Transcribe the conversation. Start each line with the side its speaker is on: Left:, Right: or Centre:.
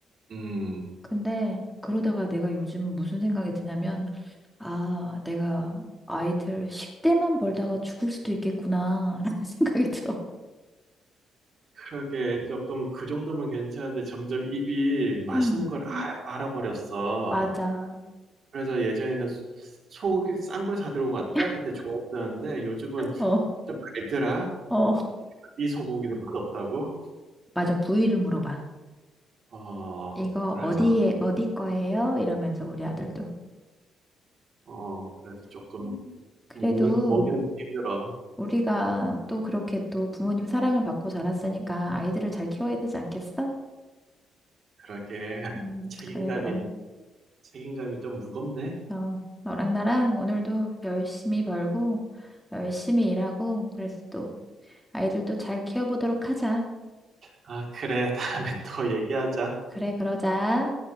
Right: 음,
Centre: 근데 그러다가 내가 요즘 무슨 생각이 드냐면, 아, 내가 아이들 식대만 벌다가 죽을 수도 있겠구나, 라는 <laughs> 생각이 들어.
Right: 그러게 조금 그 정도면 괜찮은데 점점 입이 맛있는
Centre: 음,
Right: 걸 음. 아- 알아버렸어.
Centre: 맞아.
Right: 그래서 예전에는 소- 소고기 싼 걸 사들고 갔다?
Centre: <laughs>
Right: 그때 좋았었는데 요즘은
Centre: 어,
Right: 좀 알더라.
Centre: 어.
Right: 이 소고기도 맛없다고?
Centre: 맞아, 부위를 물어봐.
Right: 어,
Centre: 이거
Right: 그래서,
Centre: 어디에, 어디 거예요? 이러면서 우리 아들도.
Right: 어, 그래서 조금
Centre: 그래도
Right: 먹는, 먹이는 것도 힘들어.
Centre: 우리가 또 그렇게 또 부모님 사랑을 받고 자랐으니까 아이들을 잘 키워야 되지 않겠어?
Right: 그러게
Centre: 음,
Right: 책임감이,
Centre: 그래, 그럼.
Right: 책임감이 좀 무겁네.
Centre: 너, 너랑 나랑 오늘도 열심히 벌고, 열심히 일하고, 그래서 또 아이들도 잘 키워보도록 하자.
Right: 아, 그래. 다음에 또 얘기하자.
Centre: 그래, 그러자.